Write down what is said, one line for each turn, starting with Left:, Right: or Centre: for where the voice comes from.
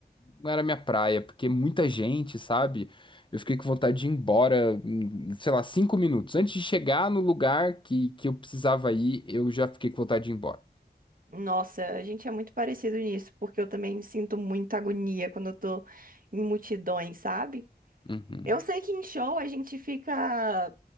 Left: não era minha praia, porque muita gente, sabe? Eu fiquei com vontade de ir embora, em, sei lá, cinco minutos. Antes de chegar no lugar que, que eu precisava ir, eu já fiquei com vontade de ir embora.
Right: Nossa, a gente é muito parecido nisso, porque eu também sinto muita agonia quando eu tô em multidões, sabe?
Left: Uhum.
Right: Eu sei que em show a gente fica